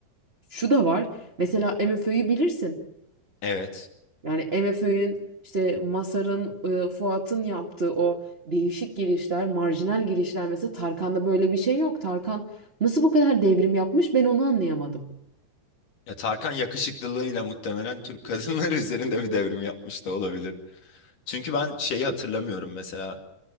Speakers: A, on the right; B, on the left.
A: şu da var. Mesela MFÖ'yü bilirsin.
B: Evet.
A: Yani MFÖ'nün işte Masar'ın, e, Fuat'ın yaptığı o değişik girişler, marjinal girişler mesela Tarkan'da böyle bir şey yok. Tarkan nasıl bu kadar devrim yapmış ben onu anlayamadım.
B: Ya Tarkan yakışıklılığıyla muhtemelen Türk kadınları <laughs> üzerinde bir devrim yapmış da olabilir. Çünkü ben şeyi hatırlamıyorum mesela.